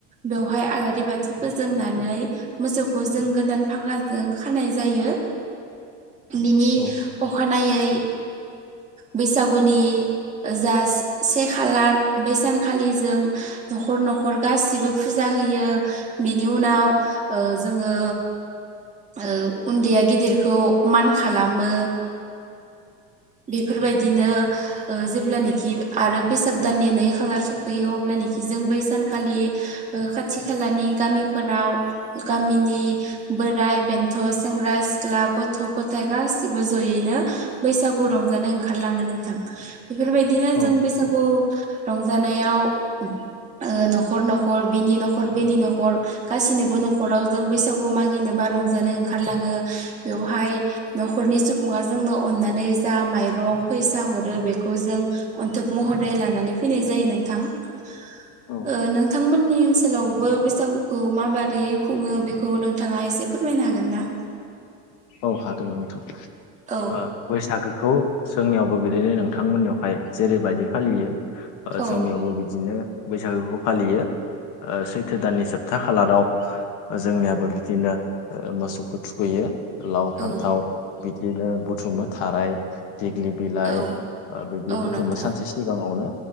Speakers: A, on the right; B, on the left.
A: बेवहाय आलारि बाथि फोजोंनानै मोसौखौ जों गोदान फागाजों खानाय जायो बिनि
B: औ
A: अखानायै बैसागुनि जा से खालार बै सानखालि जों न'खर न'खर गासिबो फुजा होयो बिनि उनाव ओ जोङो ओ उन्दैया गिदिरखौ मान खालामो बेफोरबायदिनो ओ जेब्लानाखि आरो बैसाग दाननि नै खालार सफैयो अब्लनिखि जों बै सानखालि खाथि खालानि गामिफोराव गामिनि बोर बोराइ बेन्थ' सेंग्रा सिख्ला गथ' गथाइ गासिबो जयैनो बैसागु रंजानो ओंखारलाङो नोंथां बेफोरबायदिनो
B: औ
A: जों बैसागु रंजानायाव ओ न'खर न'खर बिनि न'खर बैनि न'खर गासिनोबो न'खराव जों बैसागु मागिनोबा रंजानो ओंखारलाङो बेवहाय न'खरनि सुबुङा जोंनो अननानै जा माइरं फैसा हरो बेखौ जों अन्थोब महरै लानानै फैनाय जायो नोंथां ओ
B: औ
A: नोंथांमोननि ओनसोलावबो बैसागुखौ माबारै खुङो बेखौ नोंथाङा एसे फोरमायनो हागोन ना
B: औ हागोन नोंथां
A: औ
B: ओ बैसागोखौ जोंनियावबो बिदिनो नोंथांमोननियावहाय जेरैबायदि फालियो ओ
A: औ
B: जोंनियावबो बिदिनो बैसागोखौ फालियो ओ सैथो दाननि जोबथा खालाराव जोंनियाबो बिदिनो मोसौखौ थुखैयो लाव
A: औ
B: फान्थाव बिदिनो बुथुमो थाराय देग्लि बिलाइ
A: औ
B: बिदि
A: औ
B: बुथुमबो
A: नोंथां
B: सानसे सिगाङावनो